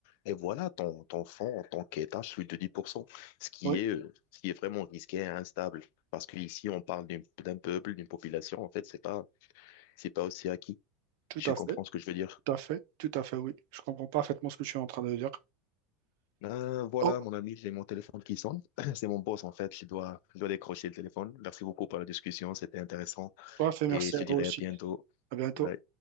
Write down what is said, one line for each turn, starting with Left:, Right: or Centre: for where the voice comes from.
Left: et voilà, ton, ton fonds en tant qu'État chute de dix pour cent. ce qui
Right: oui,
Left: est, euh, ce qui est vraiment risqué et instable. Parce qu'ici, on parle d'une- d'un peuple, d'une population. En fait, c'est pas, c'est pas aussi acquis.
Right: tout
Left: Je
Right: à
Left: comprends
Right: fait,
Left: ce que je veux dire.
Right: tout à fait, tout à fait, oui. Je comprends parfaitement ce que tu es en train de dire.
Left: Euh, voilà,
Right: Oh,
Left: mon ami, j'ai mon téléphone qui sonne. <clears throat> C'est mon boss, en fait. Je dois, je dois décrocher le téléphone. Merci beaucoup pour la discussion. C'était intéressant.
Right: toi, fait
Left: et
Right: merci
Left: je
Right: à
Left: te dirai
Right: vous aussi.
Left: à bientôt.
Right: À bientôt.
Left: Bye.